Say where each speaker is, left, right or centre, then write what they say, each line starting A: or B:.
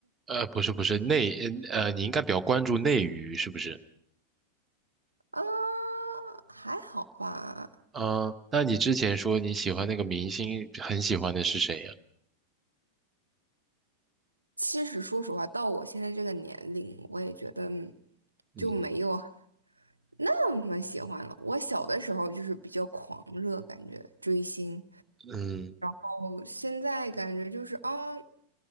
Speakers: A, on the right; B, on the right.
A: 呃，不是不是内，呃，呃你应该比较关注内娱，是不是？
B: <laughs> 啊，还好吧。
A: 嗯、那你之前说你喜欢那个明星，很喜欢的是谁呀、
B: 其实说实话，到我现在这个年龄，我也觉得嗯
A: 嗯。
B: 就没有那么喜欢了。我小的时候就是比较狂热，感觉追星。
A: 嗯
B: 我现在感觉就是啊，